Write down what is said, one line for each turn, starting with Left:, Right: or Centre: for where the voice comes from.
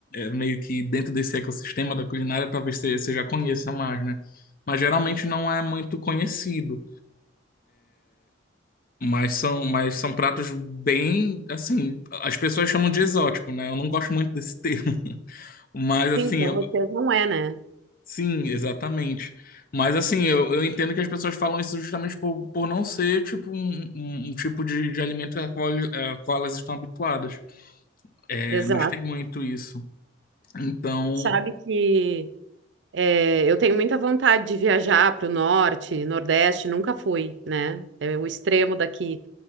Left: meio que dentro desse ecossistema da culinária, talvez você, você já conheça mais, né? Mas geralmente não é muito conhecido. Mas são, mas são pratos bem, assim, as pessoas chamam de exótico, né? Eu não gosto muito desse termo. <laughs> Mas assim,
Right: Sim, para
Left: eu-
Right: vocês não é, né?
Left: sim, exatamente. Mas assim, eu, eu entendo que as pessoas falam isso justamente por, por não ser tipo um, um- um tipo de, de alimento ao qual, eh, ao qual elas estão habituadas. É,
Right: Exato.
Left: mas tem muito isso. Então,
Right: Sabe que É, eu tenho muita vontade de viajar para o norte, nordeste, nunca fui, né? É o extremo daqui.